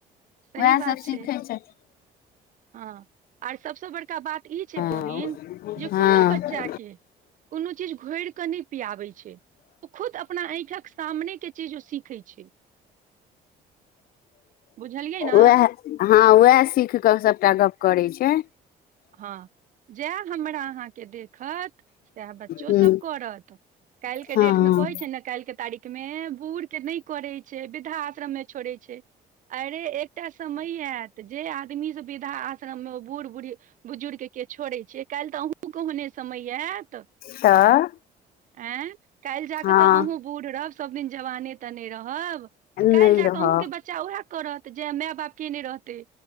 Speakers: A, on the right; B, on the left.
A: सही
B: ओएह
A: बात
B: सभ
A: छै
B: सिखै छथिन
A: हँ आर सभसँ बड़का बात तऽ ई छै
B: हँ
A: बहिन जे
B: हँ
A: कुनो बच्चा के कोनो चीज घोइर कऽ नै पियाबै छै ओ खुद अपना आखिक सामनेक चीज ओ सीखै छै। बुझलियै ने
B: ओएह हँ उएह सीख कऽ सभटा गप्प करैत छै
A: हँ जएह हमरा अहाँकेँ देखत सएह बच्चोसभ
B: ह
A: करत काल्हि के
B: हँ
A: डेट मे कहैत छै, ने काल्हि के तारीख मे बूढ़ के नहि करैत छै वृद्धा आश्रम मे छोड़े छै, अरे एक एकटा समय आयत जे आदमी से वृद्धा आश्रममे ओ बूढ़ बुढ़ बुजुर्गके छोड़ै छियै काल्हि तऽ अहूँ कहहने समय आयत
B: तऽ
A: आय काल्हि जा
B: हँ
A: कऽ तऽ अहूँ बूढ़ रहब सभदिन जवाने तऽ नहि रहब।
B: नहि
A: तऽ काल्हि जा
B: रहब
A: कऽ अहूँ के बच्चा उएह करत जे माय बाप के नहि रहतै